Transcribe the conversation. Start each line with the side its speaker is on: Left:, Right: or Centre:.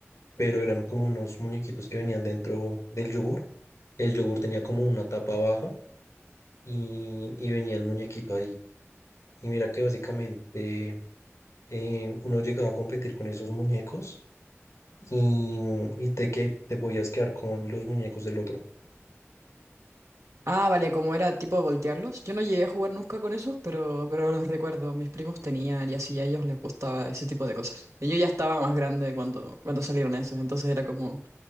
Left: pero eran como unos muñequitos que venían dentro del yogur. El yogur tenía como una tapa abajo y, y venía el muñequito ahí. Y mira que básicamente eh, uno llegaba a competir con esos muñecos y, y te, que, te podías quedar con los muñecos del otro.
Right: Ah, vale, como era tipo voltearlos. Yo no llegué a jugar nunca con esos, pero, pero los recuerdo. Mis primos tenían y así a ellos les gustaba ese tipo de cosas. Y yo ya estaba más grande cuando, cuando salieron esos, entonces era como,